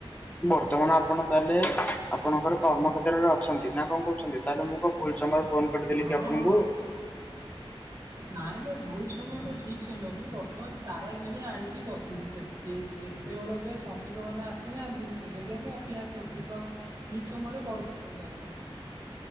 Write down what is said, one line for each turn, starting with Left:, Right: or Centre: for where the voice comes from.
Left: ବର୍ତ୍ତମାନ ଆପଣ ତାହେଲେ ଆପଣଙ୍କର କର୍ମକ୍ଷ୍େତ୍ରରେ ଅଛନ୍ତି ନା କଣ କହୁଚନ୍ତି? ତାହେଲେ ମୁଁ କଣ ଭୁଲ ସମୟରେ ଫୋନ୍ କରିଦେଲିକି
Right: ହଁ
Left: ଆପଣଙ୍କୁ?
Right: ହଁ। ନାଇଁ ନାଇଁ ଭୁଲ ସମୟ ନୁହଁ ଠିକ୍ ସମୟ ମୁଁ ବର୍ତ୍ତମାନ ଚାରା କିଣି ଆଣିକି ବସିଚି ସେ ଯେତେବେଳେ ଯାଏ ଶ୍ରମିକମାନେ ଆସିନାହାନ୍ତି ସେବେଯାଏ ମୁଁ ଅପେକ୍ଷା କରିଚି ତ ଠିକ୍ ସମୟରେ କଲ୍ କରୁଚନ୍ତି ଆପଣ।